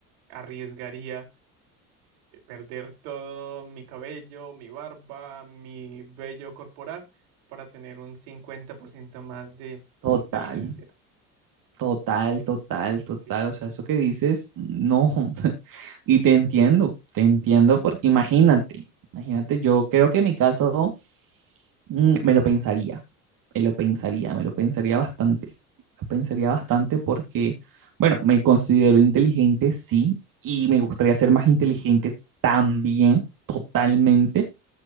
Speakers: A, on the right; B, on the right.
A: arriesgaría eh, perder todo mi cabello, mi barba, mi vello corporal para tener un 50% más de
B: Total,
A: inteligencia.
B: total, total, total.
A: Sí.
B: O sea, eso que dices, no. <laughs> Y te entiendo, te entiendo porque imagínate, imagínate, yo creo que en mi caso mm, me lo pensaría, me lo pensaría, me lo pensaría bastante, lo pensaría bastante porque, bueno, me considero inteligente, sí, y me gustaría ser más inteligente también, totalmente.